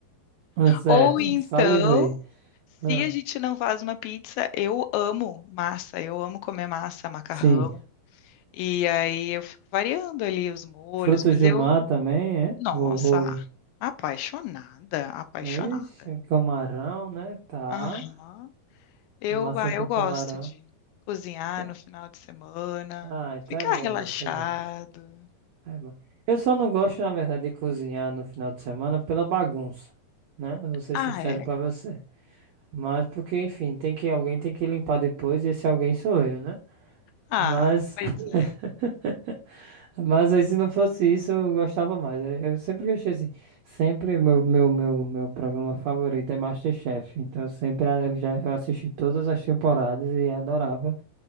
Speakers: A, on the right; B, on the left.
A: Ah, certo,
B: Ou então,
A: salivei.
B: se
A: Ah,
B: a gente não faz uma pizza, eu amo massa, eu amo comer massa, macarrão.
A: sim.
B: E aí eu fico variando ali os molhos,
A: Frutos
B: mas
A: do
B: eu,
A: mar também, é?
B: nossa,
A: Ou, ou...
B: apaixonada, apaixonada.
A: Ixi, um camarão, né? Tá.
B: Aham. Eu,
A: Massa
B: ah, eu
A: com
B: gosto
A: camarão.
B: de cozinhar
A: É.
B: no final de semana,
A: Ah, então
B: ficar
A: é
B: relaxado.
A: é bom, tá bom, é bom. Eu só não gosto, na verdade, de cozinhar no final de semana pela bagunça, né? Eu vou ser
B: Ah,
A: sincero
B: é.
A: pra você. Mas porque, enfim, tem que alguém tem que limpar depois e esse alguém sou eu, né?
B: Ah,
A: Mas
B: pois é.
A: <laughs> Mas aí se não fosse isso, eu gostava mais. É, Eu sempre gostei assim. Sempre meu, meu, meu, meu programa favorito é MasterChef. Então sempre a- eu já eu assisti todas as temporadas e adorava.